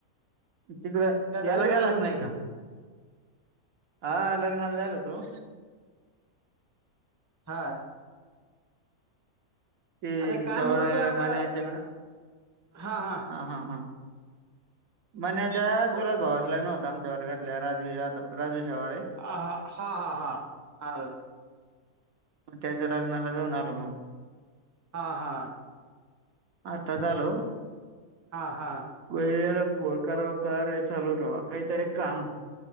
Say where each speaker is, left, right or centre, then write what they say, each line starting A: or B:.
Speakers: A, on the right (about 70°); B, on the right (about 15°).
A: तिकडं
B: काय झालं
A: याला
B: जेवण
A: गेलाच
B: बिवण
A: नाही का? हा लग्नाला जायला तू.
B: ह
A: ते
B: आता काम
A: शेवाळे
B: उरकलं आता
A: मण्याच्या
B: हा हा
A: हा हा हां म्हण्याच्या
B: ब-
A: चुलात भावास लाग न होतं आमच्या वर्गातल्या राजू जाधव राजू शवाळे
B: ह हा हा हा हा हा ह.
A: मग त्याच्या लग्नाला जाऊन आल मग
B: हा हा
A: आत्ताच आलो.
B: हा हा
A: वला फोन करावा कर चाू ठ काहीत काम